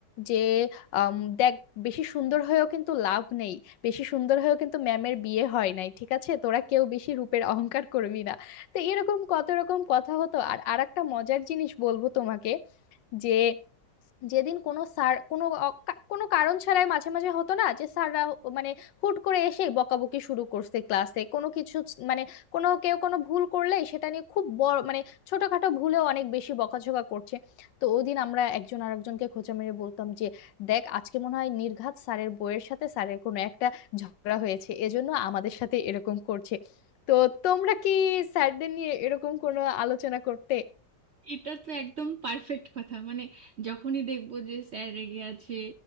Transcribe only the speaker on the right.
এটা তো একদম পারফেক্ট কথা মানে যখনই দেখবো যে স্যার রেগে আছে